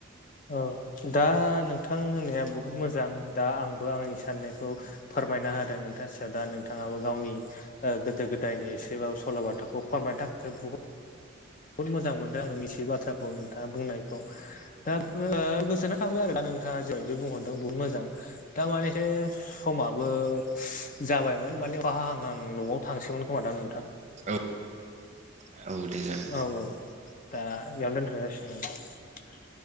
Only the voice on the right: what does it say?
औ।
दे जागोन